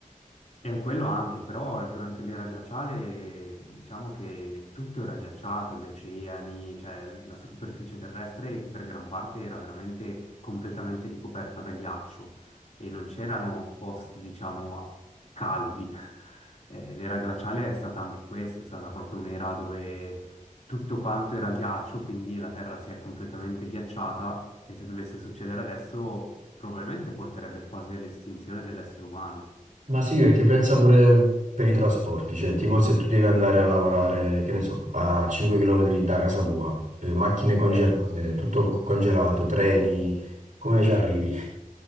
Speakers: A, on the left (about 55°); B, on the right (about 65°).
A: E quello anche, però durante l'era glaciale diciamo che tutto era ghiacciato, gli oceani, cioè la superficie terrestre per gran parte era veramente completamente ricoperta da ghiaccio e non c'erano posti, diciamo, caldi. <laughs> Eh, l'era glaciale è stata anche questa, è stata proprio un'era dove tutto quanto era ghiaccio, quindi la Terra si è completamente ghiacciata e se dovesse succedere adesso probabilmente porterebbe quasi all'estinzione dell'essere umano.
B: Ma sì, perché pensa pure per i trasporti, cioè tipo se tu devi andare a lavorare, che ne so, a 5 km da casa tua, eh, macchine congelate,
A: Eh,
B: tutto congelato, treni, come ci arrivi?